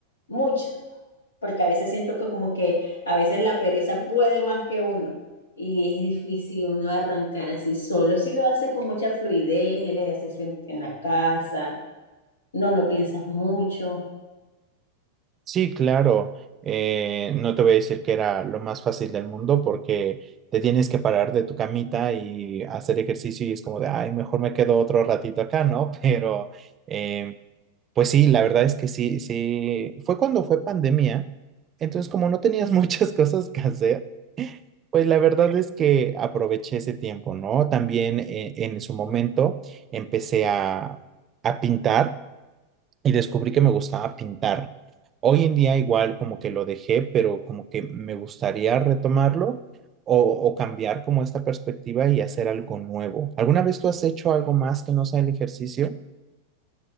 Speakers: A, on the left; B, on the right.
A: mucha, porque a veces siento que como que a veces la pereza puede más que uno y es difícil uno arrancar así solo. Si lo haces con mucha fluidez, el ejercicio en, en la casa, no lo piensas mucho.
B: Sí, claro. Eh, no te voy a decir que era lo más fácil del mundo porque te tienes que parar de tu camita y hacer ejercicio y es como de, ay, mejor me quedo otro ratito acá, ¿no? <laughs> Pero, eh, pues sí, la verdad es que sí, sí, fue cuando fue pandemia. Entonces, como no tenías <laughs> muchas cosas que hacer, pues la verdad es que aproveché ese tiempo, ¿no? También eh, en su momento empecé a, a pintar y descubrí que me gustaba pintar. Hoy en día igual como que lo dejé, pero como que me gustaría retomarlo o, o cambiar como esta perspectiva y hacer algo nuevo. ¿Alguna vez tú has hecho algo más que no sea el ejercicio?